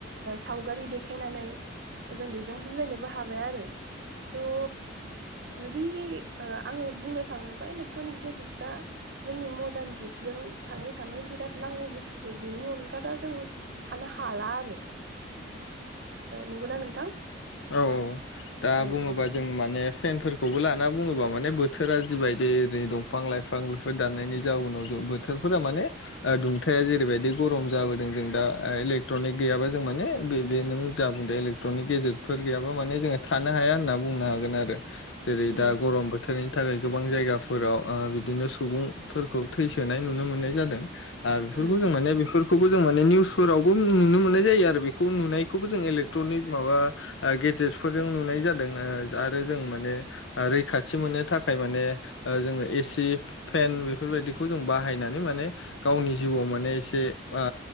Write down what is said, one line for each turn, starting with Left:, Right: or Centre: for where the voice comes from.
Right: सावगारि देखायनानै जों बेजों बुजायनोबो हा हाबाय आरो। स' जुदि ओ आङो बुंनो थाङोबा इलेक्ट्रनिक गेजेटसआ जोंनि मदार्न जुगजों थाङै थाङै बिराद नांगौ बुस्थु बिनि अनगा दा जों थानो हाला आरो। नंगौना नोंथां?
Left: औ दा
Right: औ
Left: बुङोबा
Right: औ
Left: जों माने फेनफोरखौ खौबो लाना बुङोबा माने बोथोरा जिबायदि ओरै दंफां लाइफां बेफोर दाननायनि जाउनाव जोबोद बोथोरफोरा माने दुंथाया जेरैबायदि गरम जाबोदों जों दा इलेकट्रनिक जों माने बे नों जा बुंदों इलेकट्रनिक गेजेटफोर गैयाबा माने जोङो थानो हाया होनना बुंनो हागोन आरो। जेरै
Right: उम
Left: दा गरम बोथोर। बोथोरनि थाखाय गोबां जायगाफोराव बिदिनो सुबुंफोरखौ थैसोनाय नुनो मोननाय जादों। बेफोरखौ
Right: उम
Left: जों माने बेफोरखौबो जों माने निउसफोरावबो नुनो मोन्नाय जायो आरो बेखौ नुनायखौबो जों इलेक्ट्र'निक माबा गेजेटसफोरजों नुनाय जादों आरो जों माने रैखाथि मोननो थाखाय माने जोङो एसि फेन बेफोरबायदिखौ जों बाहायनानै माने गावनि जिउआव माने एसे बा